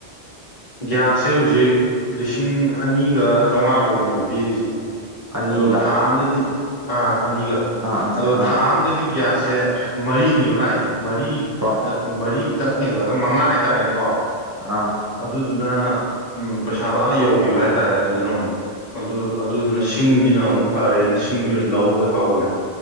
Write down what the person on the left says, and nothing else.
ꯒ꯭ꯌꯥꯁꯁꯦ ꯍꯧꯖꯤꯛ ꯂꯤꯁꯤꯡ ꯑꯅꯤꯒ ꯆꯥꯝꯃꯉꯥꯐꯧꯅꯦꯕ ꯄꯤꯔꯤꯁꯦ
ꯑꯗꯣ ꯊꯥ ꯑꯝꯗꯗꯤ ꯑꯥ ꯑꯅꯤꯒ
ꯑꯗꯣ
ꯊꯥ ꯑꯝꯗꯗꯤ ꯒ꯭ꯌꯥꯁꯁꯦ ꯃꯔꯤꯅꯦꯕ ꯂꯥꯛꯏꯁꯦ ꯃꯔꯤ
ꯅ ꯃꯔꯤ ꯈꯤꯇꯪ ꯍꯦꯜꯂꯒ ꯃꯉꯥ ꯍꯥꯏꯇꯥꯔꯦꯅꯦꯀꯣ
ꯑꯗꯨꯗꯨꯅ ꯎꯝ ꯄꯩꯁꯥꯗꯣ ꯑꯥ ꯌꯧꯈꯤꯕ ꯍꯥꯏꯇꯥꯔꯦ ꯑꯗꯨꯗꯨꯅ ꯑꯃꯨꯛ ꯑꯗꯨ ꯑꯗꯨꯗꯨꯅ ꯁꯤꯡꯁꯤꯅ ꯑꯃꯨꯛ ꯐꯔꯦꯅ ꯁꯤꯡꯁꯤ ꯑꯣꯏꯅ ꯂꯧꯔꯒ ꯇꯧꯕꯅꯦ